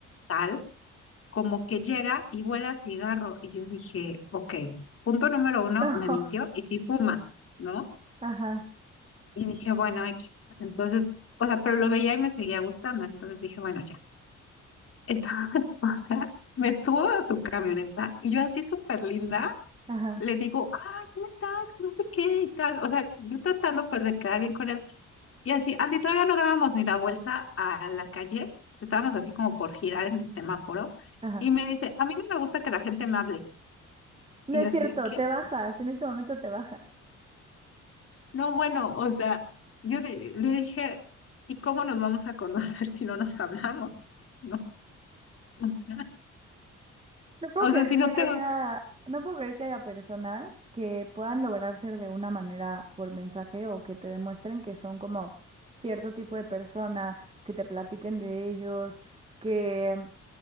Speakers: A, on the left; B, on the right.
A: tal, como que llega y huele a cigarro. Y yo dije, ok, punto número uno,
B: <laughs>
A: me mintió y sí fuma, ¿no?
B: No, ajá,
A: Y dije, bueno, X. Entonces, o sea, pero lo veía y me seguía gustando. Entonces dije, bueno, ya. Entonces, <laughs> o sea, me estuvo a su camioneta y yo así súper linda.
B: ajá,
A: le digo, ay, ¿cómo estás? Que no sé qué y tal. O sea, yo tratando pues de quedar bien con él. Y así, Andy, todavía no dábamos ni la vuelta a la calle. O sea, estábamos así como por girar en el semáforo.
B: ajá.
A: Y me dice, a mí no me gusta que la gente me hable.
B: No
A: Y
B: es
A: yo así,
B: cierto,
A: ¿qué?
B: te bajas, en ese momento te bajas.
A: No, bueno, o sea, yo di- le dije, ¿y cómo nos vamos a conocer <laughs> si no nos hablamos? <laughs> ¿No? O sea,
B: No puedo
A: o
B: creer
A: sea, si
B: que
A: no
B: haya,
A: te gusta.
B: no puedo creer que haya personas que puedan lograr ser de una manera por mensaje o que te demuestren que son como cierto tipo de persona, que te platiquen de ellos, que,